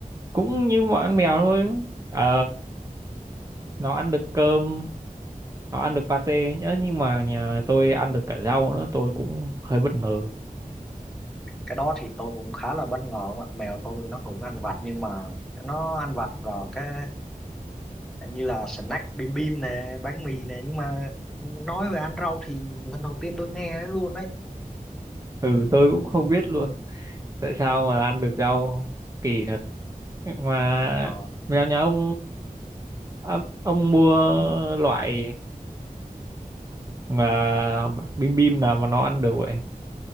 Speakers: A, on the right (about 25°); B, in the centre.
A: cũng như mọi con mèo thôi ờ, nó ăn được cơm nó ăn được pate nhớ nhưng mà nhà tôi ăn được cả rau nữa tôi cũng hơi bất ngờ
B: cái đó thì tôi cũng khá là bất ngờ không ạ mèo tôi nó cũng ăn vặt nhưng mà nó ăn vặt vào cái như là snack bim bim nè bánh mì nè nhưng mà nói về ăn rau thì lần đầu tiên tôi nghe đấy luôn đấy
A: ừ tôi cũng không biết luôn tại sao mà ăn được rau kỳ thật mà
B: ờ,
A: mèo nhà ông ông, ông mua loại mà
B: à,
A: bim bim nào mà nó ăn được vậy